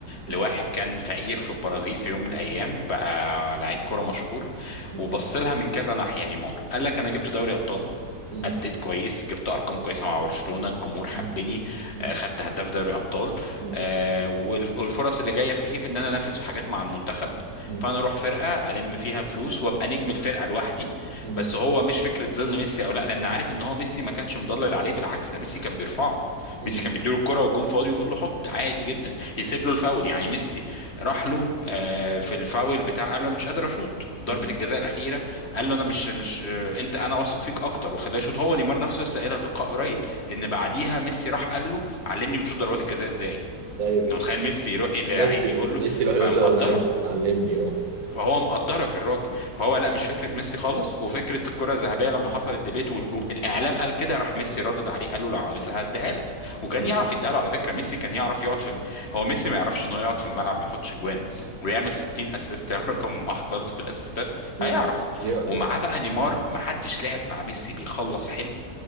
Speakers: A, on the right; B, on the left.
A: مم.
B: لواحد كان فقير في البرازيل في يوم من الايام بقى لعيب كرة مشهور
A: مم.
B: وبص لها من كذا ناحية نيمار قال لك انا جبت دوري ابطال
A: مم.
B: أديت كويس جبت أرقام كويسة مع برشلونة الجمهور حبني
A: مم. مم.
B: آه، خدت هداف دوري أبطال
A: مم.
B: آه، والف- والفرص اللي جاية في إيه في إن أنا أنافس في حاجات مع المنتخب
A: مم.
B: فأنا أروح فرقة ألم فيها فلوس وأبقى نجم الفرقة لوحدي
A: مم.
B: بس هو مش فكرة ظل ميسي أو لا لأن عارف إن هو ميسي ما كانش مضلل عليه بالعكس ده ميسي كان بيرفعه
A: مم.
B: ميسي كان بيديله الكرة والجون فاضي ويقول له حط عادي جدا يسيب له الفاول يعني ميسي راح له آه، في الفاول بتاع قال له انا مش قادر اشوط ضربة
A: مم.
B: الجزاء الأخيرة قال له انا مش مش انت انا واثق فيك اكتر وخلاه يشوط هو نيمار نفسه لسه قايلها في لقاء قريب ان بعديها ميسي راح قال له علمني بتشوط ضربات الجزاء ازاي
A: ايوه
B: انت متخيل ميسي يروح للعيب
A: ميسي
B: يقول له
A: ميسي يروح
B: فمقدره
A: يقول له انا عايز علمني اه
B: فهو مقدرك الراجل فهو لا مش فكره ميسي خالص وفكره الكره الذهبيه لما حصل الديبيت والجم... الاعلام قال كده راح ميسي ردد عليه قال له لو عاوزها هديها لك وكان
A: مم.
B: يعرف يديها له على فكره ميسي كان يعرف يقعد في الم- هو ميسي ما يعرفش ان هو يقعد في الملعب ما يحطش جوان ويعمل 60 اسيست يعني رقم ما حصلش في الاسيستات
A: مم.
B: هيعرف
A: يعرف
B: ومعاه
A: اه
B: بقى نيمار ما حدش لعب مع ميسي بيخلص حلو